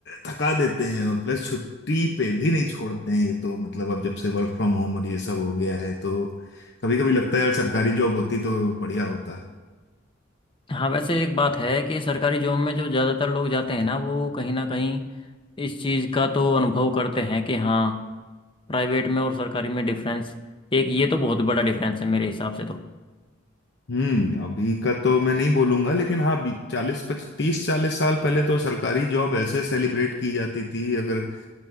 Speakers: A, on the left (about 60°); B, on the left (about 25°).
A: थका देते हैं और प्लस छुट्टी पे भी नहीं छोड़ते हैं ये तो मतलब अब जब से वर्क फ्रॉम होम और ये सब हो गया है तो कभी कभी लगता है यार सरकारी जॉब होती तो बढ़िया होता
B: हाँ वैसे एक बात है कि सरकारी जॉब में जो ज़्यादातर लोग जाते हैं ना वो कहीं ना कहीं इस चीज़ का तो अनुभव करते हैं कि हाँ प्राइवेट में और सरकारी में डिफरेंस एक ये तो बहुत बड़ा डिफरेंस है मेरे हिसाब से तो
A: हम्म अभी का तो मैं नहीं बोलूंगा लेकिन हाँ चालीस पच तीस चालीस साल पहले तो सरकारी जॉब ऐसे सेलिब्रेट की जाती थी अगर